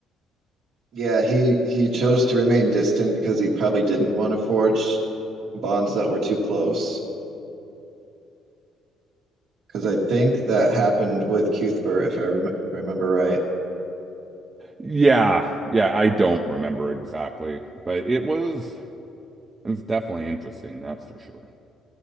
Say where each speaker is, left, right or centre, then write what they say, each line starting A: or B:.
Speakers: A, on the right; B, on the right.
A: Yeah, he he chose to remain distant because he probably didn't want to forge bonds that were too close. Because I think that happened with Cuthbert, if I rem remember right.
B: Yeah, yeah, I don't remember exactly, but it was It's definitely interesting, that's for sure.